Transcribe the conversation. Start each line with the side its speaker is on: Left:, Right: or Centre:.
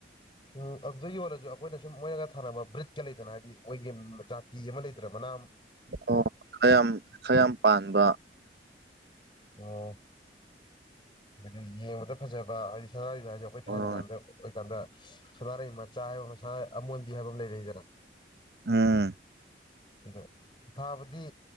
Left: ꯎꯝ ꯑꯗꯨꯗ ꯌꯣꯜꯂꯁꯨ ꯑꯩꯈꯣꯏꯅ ꯁꯨꯝ ꯃꯣꯏꯅꯒ ꯊꯥꯟꯅꯕ ꯕ꯭ꯔꯤꯠꯀ ꯂꯩꯗꯅ ꯍꯥꯏꯗꯤ ꯃꯣꯏꯒꯤ ꯖꯥꯇꯤ ꯑꯃ ꯂꯩꯇ꯭ꯔꯕꯅ
Right: ꯑꯣ ꯈꯌꯥꯝ ꯈꯌꯥꯝ ꯄꯥꯟꯕ
Left: ꯑꯣ ꯑꯗꯨꯗꯤ ꯌꯦꯡꯕꯗ ꯐꯖꯕ ꯍꯥꯏꯗꯤ ꯁꯏꯗ ꯍꯧ ꯑꯩꯈꯣꯏ ꯊꯥꯏꯅ
Right: ꯍꯣꯏ
Left: ꯀꯥꯟꯗ ꯑꯣꯏꯀꯥꯟꯗ ꯁꯥꯟꯅꯔꯩ ꯃꯆꯥ ꯍꯥꯏꯕ ꯑꯃ ꯑꯃꯣꯟꯕꯤ ꯍꯥꯏꯕ ꯑꯃ ꯂꯩꯔꯛꯏꯗꯅ
Right: ꯎꯝ
Left: ꯑꯗꯣ ꯊꯥꯕꯗꯤ